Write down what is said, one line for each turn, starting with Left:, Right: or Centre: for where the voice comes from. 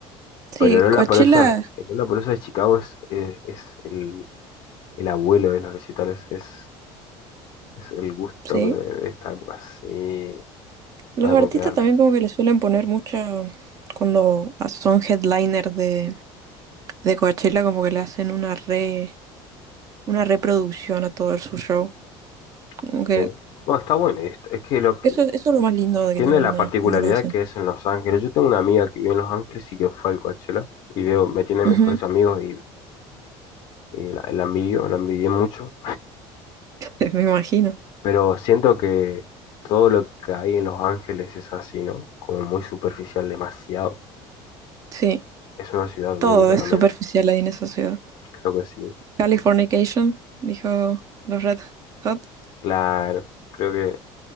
Right: sí,
Left: Pero Lollapalooza,
Right: Coachella,
Left: el Lollapalooza de Chicago es, eh, es el, el abuelo de los recitales. Es, es el gusto
Right: sí.
Left: de, de esta época. Sí,
Right: Los
Left: nada
Right: artistas
Left: con quedarlo.
Right: también como que le suelen poner mucha... Cuando son headliners de, de Coachella, como que le hacen una re, una reproducción a todo su show. Como
Left: Sí.
Right: que
Left: No, está bueno. Es, es que lo,
Right: eso, eso es lo más lindo de
Left: Tiene
Right: que tienen
Left: la
Right: ahí
Left: particularidad
Right: cuando lo hacen.
Left: que es en Los Ángeles. Yo tengo una amiga que vive en Los Ángeles y que fue al Coachella y veo, me tiene mejores
Right: Ujú,
Left: amigos y, y la, la envidio, la envidié mucho.
Right: <laughs> Me imagino.
Left: Pero siento que todo lo que hay en Los Ángeles es así, ¿no? Como muy superficial, demasiado.
Right: Sí,
Left: Es una ciudad
Right: todo
Left: única
Right: es
Left: también,
Right: superficial ahí en esa ciudad.
Left: creo que sí.
Right: Californication, dijo los Red Hot.
Left: Claro, creo que